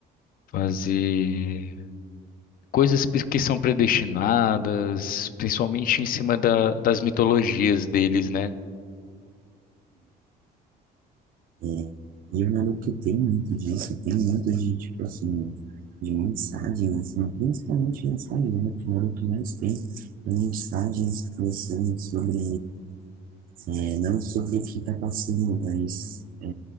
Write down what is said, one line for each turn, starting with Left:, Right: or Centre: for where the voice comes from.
Left: fazer coisas pe- que são predestinadas, principalmente em cima da- das mitologias deles, né?
Right: É, e o Naruto tem muito disso, tem muito de, tipo assim, de mensagem, assim, principalmente mensagem, né? Que o Naruto mais tem é mensagens pensando sobre, é, não sobre o que tá passando, mas é,